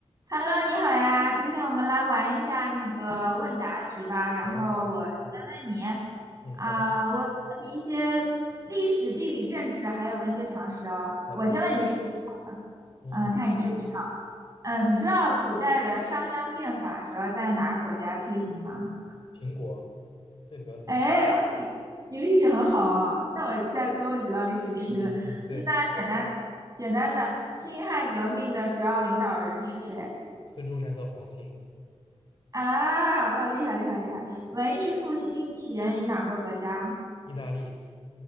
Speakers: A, on the right; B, on the left.
A: Hello，你好呀，今天我们来玩一下那个问答题吧。然后我先问你，
B: 好好，嗯嗯，
A: 啊、
B: 好的
A: 我问你一些历史、地理、政治还有文学常识哦。
B: 好的，
A: 我先问你实际好了，
B: 嗯嗯，
A: 嗯，看你知不知道。嗯，你知道古代的商鞅变法主要在哪个国家推行吗？
B: 苹果这比较简单，
A: 哎，哎你你历史很好哦，那我再多问几道历史题。
B: 嗯嗯嗯，
A: <laughs>
B: 对，
A: 那简单简单的，辛亥革命的主要领导人是谁？
B: 孙中山和黄兴，
A: 啊，哇，厉害厉害厉害！文艺复兴起源于哪个国家？
B: 意大利，